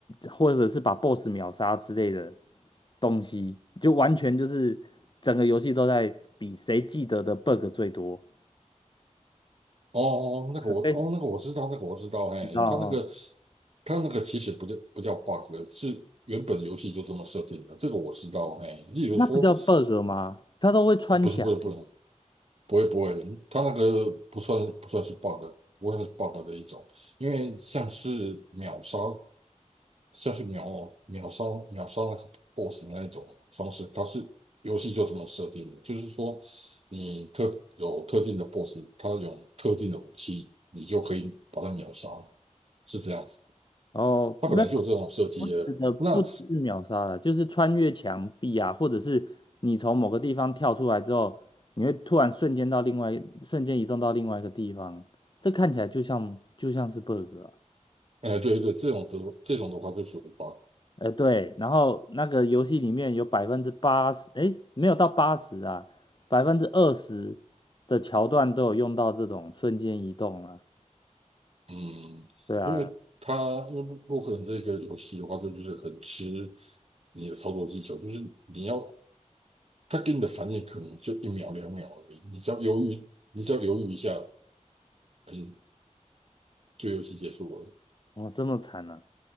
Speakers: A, on the left; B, on the right.
A: 或者是把 BOSS 秒杀之类的东西，就完全就是整个游戏都在比谁记得的 bug 最多。
B: 哦哦，那个我，
A: 哎，
B: 哦，那个我知道，那个我知道，嘿，
A: 知道哦，
B: 他那个，他那个其实不叫不叫 bug，是原本游戏就这么设定的，这个我知道，嘿，例如说，
A: 那不叫 bug 吗？它都会穿墙欸
B: 不是不是不是，不会不会，他那个不算不算是 bug，不算是 bug 的一种，因为像是秒杀像是秒秒杀秒杀那个 BOSS 那一种方式，它是游戏就这么设定的，就是说你特有特定的 BOSS，它有特定的武器，你就可以把它秒杀，是这样子。
A: 哦，
B: 它本来就有这种设计的。
A: 没有，我指的不只是秒杀了，
B: 那，
A: 就是穿越墙壁啊，或者是你从某个地方跳出来之后，你会突然瞬间到另外，瞬间移动到另外一个地方，这看起来就像就像是 bug 啊。
B: 哎、对对对，这种的这种的话就属于 bug，
A: 呃，对，然后那个游戏里面有百分之八十，诶，没有到八十啊，百分之二十的桥段都有用到这种瞬间移动啊。
B: 嗯，
A: 对啊，
B: 因为它因为洛克人这个游戏的话，就是很吃你的操作技巧，就是你要他给你的反应可能就一秒两秒而已，你只要犹豫，你只要犹豫一下，嗯，就游戏结束了。
A: 哦，这么惨啊。